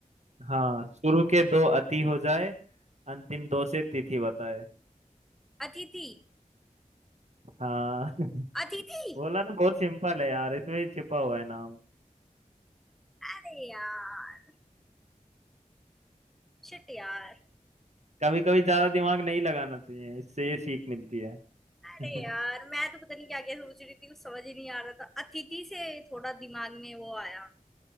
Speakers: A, on the right; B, in the centre.
A: हाँ शुरू के दो अति हो जाए अंतिम दो से तिथि बताए
B: अतिथि
A: हाँ <laughs>
B: अतिथि
A: बोला ना बहुत सिंपल है यार इसमें ही छिपा हुआ है नाम
B: अरे यार शिट यार
A: कभी कभी ज्यादा दिमाग नहीं लगाना चाहिए इससे ये सीख मिलती है
B: अरे
A: <laughs>
B: यार मैं तो पता नहीं क्या क्या सोच रही थी कुछ समझ ही नहीं आ रहा था अतिथि से थोड़ा दिमाग में वो आया